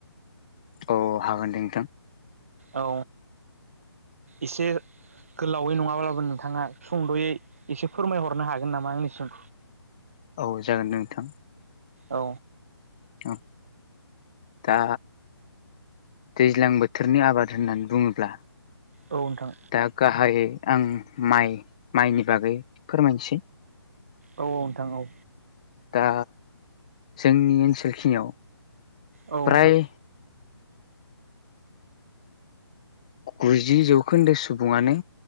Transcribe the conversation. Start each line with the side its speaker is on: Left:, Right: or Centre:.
Left: औ हागोन दे नोंथां
Right: औ इसे गोलावै नङाब्लाबो नोंथाङा सुंदयै एसे फोरमायहरनो हागोन नामा आंनिसिम
Left: औ जागोन दे नोंथां
Right: औ
Left: औ दा दैज्लां बोथोरनि आबाद होननानै बुङोब्ला
Right: औ नोंथां
Left: दा गाहायै आं माइ माइनि बागै फोरमायनोसै
Right: औ औ नोंथां औ
Left: दा जोंनि ओनसोलखिनियाव
Right: औ नोंथां
Left: फ्राय गुजि जौखोन्दो सुबुङानो